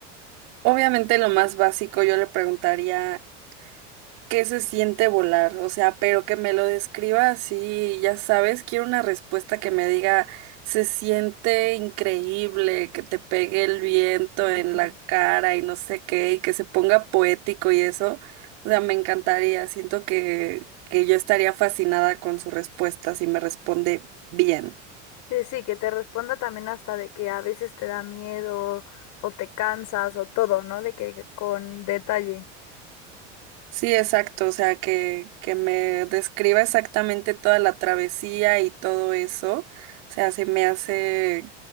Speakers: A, on the right; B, on the left.
A: Obviamente lo más básico yo le preguntaría qué se siente volar, o sea, pero que me lo describa así, ya sabes, quiero una respuesta que me diga se siente increíble, que te pegue el viento
B: Ujú.
A: en la cara y no sé qué, y que se ponga poético y eso, o sea, me encantaría, siento que, que yo estaría fascinada con su respuesta si me responde bien.
B: Sí, sí, que te responda también hasta de que a veces te da miedo o te cansas o todo, ¿no? De que con detalle. <laughs>
A: Sí, exacto, o sea, que, que me describa exactamente toda la travesía y todo eso, o sea, se me hace